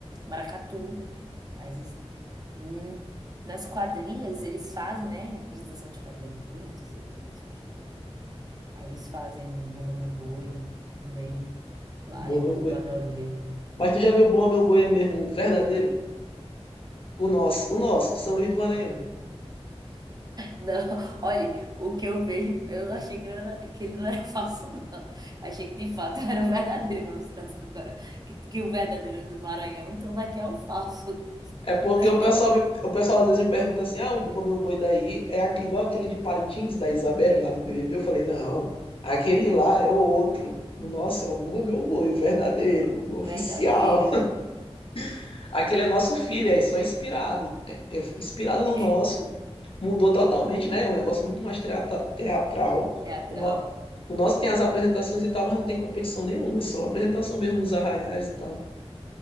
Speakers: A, on the right; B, on the left.
A: maracatu. Às vezes, hum, nas quadrilhas eles fazem, né? Apresentação de quadrilha, é muito bonita essas apresentações de quadrilha. Aí eles fazem um Bumba Meu Boi também. Lá
B: Bua
A: eu,
B: Meu
A: eu
B: Boi.
A: adoro ver.
B: Mas tu já viu o Bua Meu Boi é mesmo o verdadeiro? O nosso, o nosso, de São Luís do Maranhão.
A: Não, <laughs> olha, o que eu vejo, eu não achei que ele, era, que ele não era <laughs> falso, não. Achei que de fato era o verdadeiro, mas você está dizendo agora que, que o verdadeiro é do Maranhão, então daqui é o falso. <laughs>
B: É porque
A: Não,
B: o pessoal, me- o pessoal às vezes me pergunta assim: ah, o Bumba Meu Boi daí é a- igual aquele de Parintins, da Isabelinha lá do BBB? Eu falei: não, aquele lá é o outro. O nosso é o Bumba Meu Boi, o verdadeiro, o
A: o
B: oficial.
A: verdadeiro.
B: <laughs> Aquele é nosso filho, é só inspirado. É, é inspirado no
A: é
B: nosso. Mudou totalmente, né? É um negócio muito mais teatra- teatral.
A: Teatral.
B: O, no- o nosso tem as apresentações e tal, mas não tem competição nenhuma, é só apresentação mesmo nos arraiais e tal.